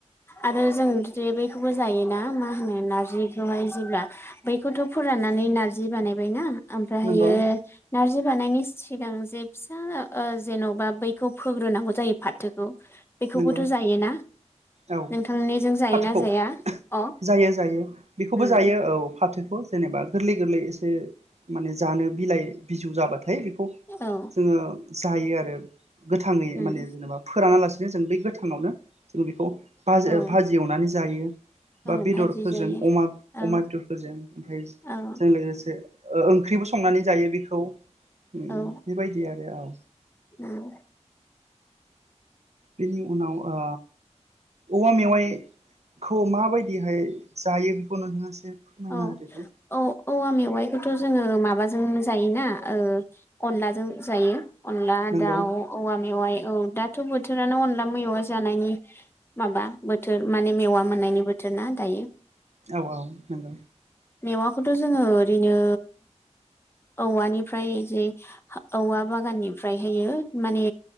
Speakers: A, on the left; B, on the right.
A: आरो जों बिदि बैखौबो जायो ना मा होनो नारजिखौहाय जेब्ला बैखौथ' फोराननानै नार्जि बानायबायना। ओमफ्रायहायो
B: नंगौ
A: नार जि बानायनायनि सिगां जे फिसा ओ जेन'बा बैखौ फोग्रोनांगौ जायो फाथोखौ। बेखौबोथ'
B: नंगौ।
A: जायोना
B: औ
A: नोंथांनिजों जायोना
B: फाथोखौ
A: जाया अ
B: जायो जायो बेखौबो
A: उम
B: जायो औ फाथोखौ। जेनेबा गोरलै गोरलै एसे माने जानो बिलाइ बिजौ जाबाथाय बे खौ
A: औ
B: जोङो जायो आरो। गोथाङै
A: उम
B: माने जेनेबा फोरानालासि बिदिनो जों बे गोथाङावनो जों बेखौ भाज
A: औ
B: ओ भाजि एवनानै जायो
A: औ
B: बा बेदरफोरजों
A: भाजि जायो
B: अमा,
A: औ
B: अमा बेदरफोरजों ओमफ्राय
A: औ
B: जों लोगोसे ओ ओंख्रिबो संनानै जायो बेख औ। उम
A: औ
B: बेबायदि आरो औ।
A: उम।
B: बेनि उनाव ओ औवा मेवाइ खौ माबायदिहाय जायो नोंथाङा एसे फोरमायना
A: औ
B: होदो दे
A: औ औवा मेवाइखौथ' जोङो माबा जों जायोना ओ अनलाजों जायो। अनला
B: नोंगौ
A: दाउ, औवा मेवाइ औ दाथ' बोथोरानो अनला मेवा जानायनि माबा बोथोर माने मेवा मोननायनि बोथोर ना दायो।
B: औ औ नोंगौ।
A: मेवाखौथ' जोङो ओरैनो औवानिफ्राय जे औवा बागाननिफ्रायहायो माने